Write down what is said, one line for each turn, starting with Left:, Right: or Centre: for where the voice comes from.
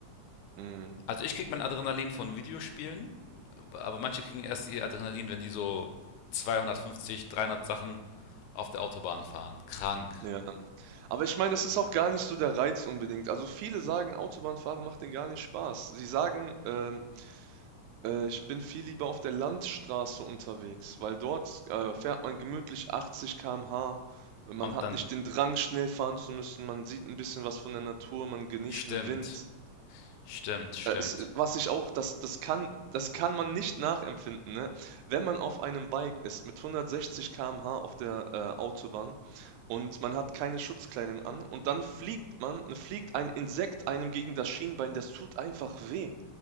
Right: ja. Mhm.
Left: Also ich krieg mein Adrenalin von Videospielen, aber manche kriegen erst ihr Adrenalin, wenn die so 250, 300 Sachen auf der Autobahn fahren. Krank.
Right: Ja, aber ich meine, das ist auch gar nicht so der Reiz unbedingt. Also viele sagen, Autobahnfahren macht denen gar nicht Spaß. Sie sagen, ähm, Äh, ich bin viel lieber auf der Landstraße unterwegs, weil dort äh, fährt man gemütlich 80 km/h. Man
Left: Und
Right: hat
Left: dann.
Right: nicht den Drang, schnell fahren zu müssen. Man sieht ein bisschen was von der Natur, man genießt
Left: Stimmt.
Right: den Wind.
Left: Stimmt, stimmt.
Right: Äh, Es, äh, was ich auch, das, das kann, das kann man nicht nachempfinden, ne? Wenn man auf einem Bike ist mit 160 km/h auf der äh, Autobahn und man hat keine Schutzkleidung an und dann fliegt man, ne, fliegt ein Insekt einem gegen das Schienbein, das tut einfach weh.